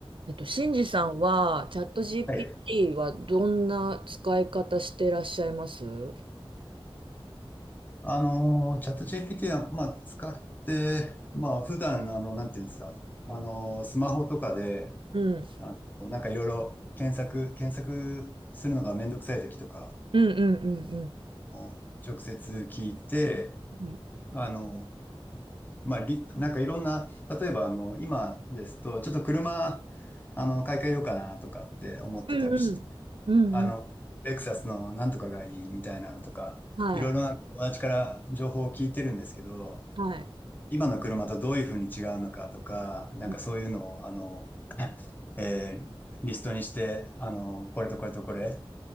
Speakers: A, on the right; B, on the left.
A: えっと、シンジさんは、チャット GPT
B: はい。
A: はどんな使い方してらっしゃいますうん
B: あのー、チャット GPT は、まあ、使って、まあ、普段、あの、なんていうんですか、あのー、スマホとかで、
A: うん
B: あの、なんかいろいろ検索、検索するのがめんどくさい時とか、
A: うんうん
B: もう直接聞いて、
A: うん
B: あの、まあ、り、なんかいろんな、例えば、あの、今ですと、ちょっと車、あの、買い替えようかなとかって思ってたりして、
A: うんうんうんうん
B: あの、レクサスのなんとかがいいみたいなのとか、
A: はい
B: いろいろな友達から情報を聞いてるんですけど、
A: はい
B: 今の車とどういうふうに違うのかとか、なんかそういうのを、
A: うん
B: あの、えーリストにして、あの、これとこれとこれ、